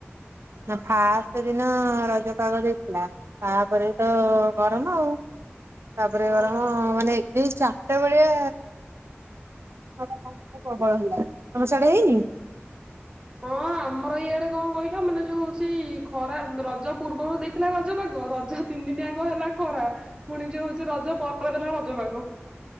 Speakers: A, on the right (about 70°); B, on the right (about 20°).
A: ନା ଫାଷ୍ଟ ଦିନ ରଜ ପାଗ ଦେଇଥିଲା ତାପରେ ତ ଗରମ ଆଉ, ତାପରେ
B: ଓହୋ।
A: ଗରମ ମାନେ ଏଇ ଚାରିଟା ବେଳିଆ ହଁ ପ୍ରବଳ ହେଲା ତମେ ସେଆଡେ ହେଇନି? <inaudible>
B: ହଁ ଆମର ଇଆଡ଼େ କଣ କହିଲ ମାନେ ଯୋଉ ହଉଛି, ଖରା ରଜ ପୂର୍ବରୁ ଦେଇଥିଲା ରଜ ପାଗ ରଜ ତିନି ଦିନିଯାକ ହେଲା ଖରା ପୁଣି ଯଉ ହଉଛି ରଜ ପରେ ଦେଲା ରଜ ପାଗ।